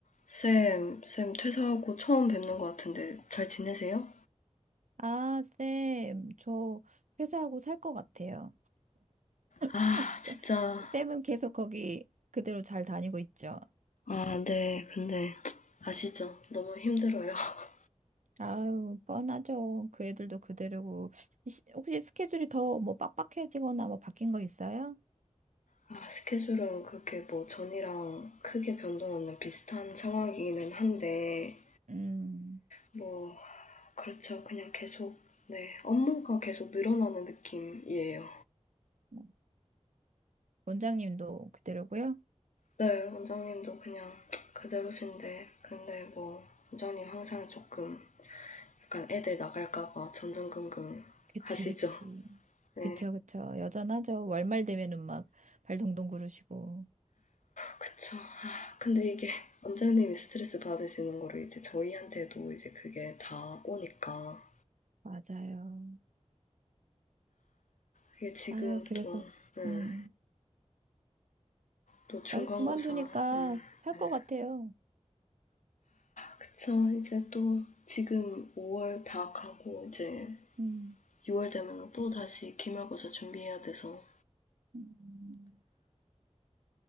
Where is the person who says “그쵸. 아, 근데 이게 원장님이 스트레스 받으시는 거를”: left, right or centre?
Left